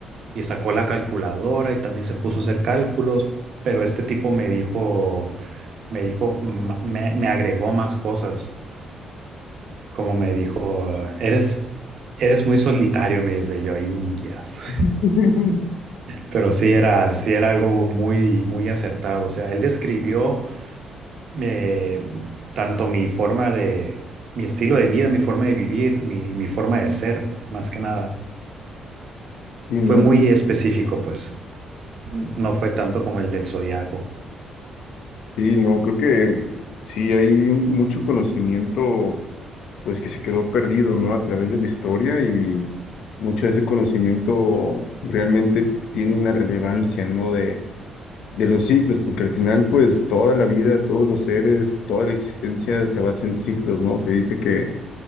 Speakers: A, on the right (about 65°); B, on the left (about 75°).
A: y sacó la calculadora y también se puso a hacer cálculos, pero este tipo me dijo, me dijo, mm, me, me agregó más cosas, como me dijo, eres, eres muy solitario, me dice yo, Indias.
B: <laughs>
A: Pero sí era, sí era algo muy, muy acertado. O sea, él describió eh, tanto mi forma de, mi estilo de vida, mi forma de vivir, mi, mi forma de ser, más que nada.
B: Y no.
A: Fue muy específico, pues. No fue tanto como el del zodiaco.
B: Sí, no, creo que sí hay mucho conocimiento, pues que se quedó perdido, ¿no? A través de la historia y mucho de ese conocimiento realmente tiene una relevancia, ¿no? De, de los ciclos, porque al final, pues toda la vida, todos los seres, toda la existencia se basa en ciclos, ¿no? Se dice que,